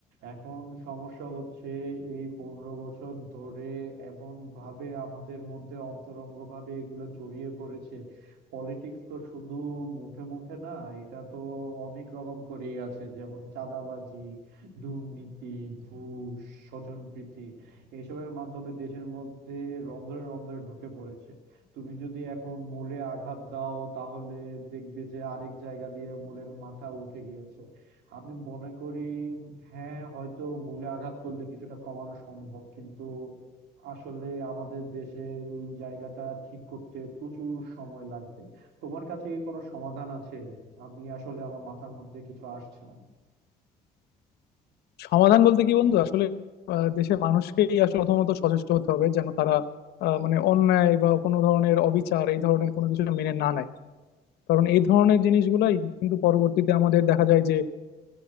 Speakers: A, on the right; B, on the left.
A: এখন সমস্যা হচ্ছে এই পনেরো বছর ধরে এমন ভাবে আমাদের মধ্যে অন্তরঙ্গ ভাবে এগুলো জড়িয়ে পড়েছে পলিটিক্স তো শুধু মুখে মুখে না এটা তো অনেক রকম করেই আছে যেমন চাঁদাবাজি দুর্নীতি ঘুষ স্বজনপ্রীতি এসবের মাধ্যমে দেশের মধ্যে রন্ধ্রে রন্ধ্রে ঢুকে পড়েছে তুমি যদি এখন মূলে আঘাত দাও তাহলে দেখবে যে আরেক জায়গা দিয়ে মূলের মাথা উঠে গিয়েছে আমি মনে করি হ্যাঁ হয়তো মূলে আঘাত করলে কিছুটা কমানো সম্ভব কিন্তু আসলে আমাদের দেশে এই জায়গাটা ঠিক করতে প্রচুর সময় লাগবে তোমার কাছে কি কোনো সমাধান আছে আমি আসলে আমার মাথার মধ্যে কিছু আসছে না
B: সমাধান বলতে কি বন্ধু আসলে আহ, দেশের মানুষকেই আসলে প্রথমত সচেষ্ট হতে হবে যেন তারা আহ, মানে অন্যায় বা কোনো ধরনের অবিচার এই ধরনের কোনো কিছু মেনে না নেয় কারণ এই ধরনের জিনিসগুলাই কিন্তু পরবর্তীতে আমাদের দেখা যায় যে